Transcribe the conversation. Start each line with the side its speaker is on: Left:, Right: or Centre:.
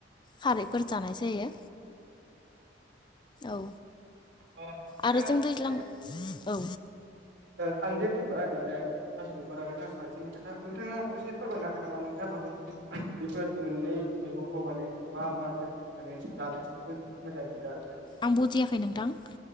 Left: खारैफोर जानाय जायो औ
Right: अ नोंथाङा
Left: आरो जों दैज्लां
Right: माने
Left: औ
Right: आं दे बुंबाय माने थास' बेगार आरो थास' आथिंनि खोथा नोंथाङा एसे फोरमायनो हागोन नामा नोंथां माने बेफोर मोननै मैगंखौ माने मा माजों माने जानो मोजां मोनो आरो
Left: आं बुजियाखै नोंथां